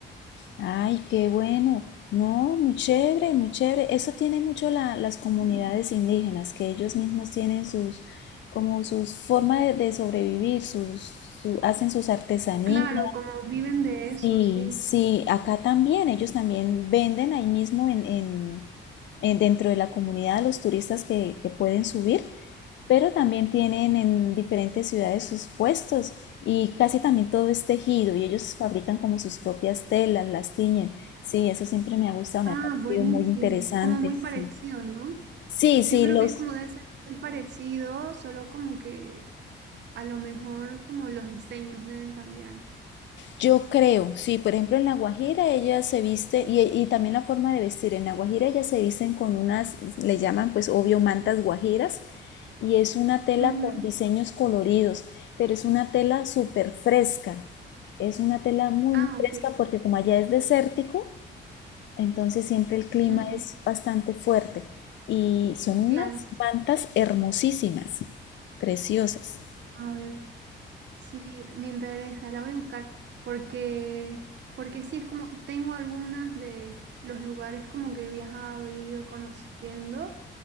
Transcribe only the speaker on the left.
Ay, qué bueno. No, muy chévere, muy chévere. Eso tiene mucho la- las comunidades
indígenas, que ellos mismos tienen sus, como sus forma de, de sobrevivir, sus, su- hacen sus artesanías,
Sí,
sí, acá también, ellos también venden ahí mismo en, en- en- dentro de la comunidad a los turistas que, que pueden subir, pero también tienen en diferentes ciudades sus puestos y casi también todo es tejido y ellos fabrican como sus propias telas, las tiñen. Sí, eso siempre me ha gustado, me
ha parecido
muy interesante.
Sí,
sí, sí,
los,
Yo creo, sí, por ejemplo en La Guajira ella se viste, y, y también la forma de vestir, en La Guajira ellas se visten con unas, le llaman pues obvio mantas guajiras, y es una tela
con diseños coloridos, pero es una tela súper fresca, es una tela muy,
muy fresca
porque como allá es desértico, entonces siempre el clima
es bastante fuerte, y son unas
mantas hermosísimas, preciosas.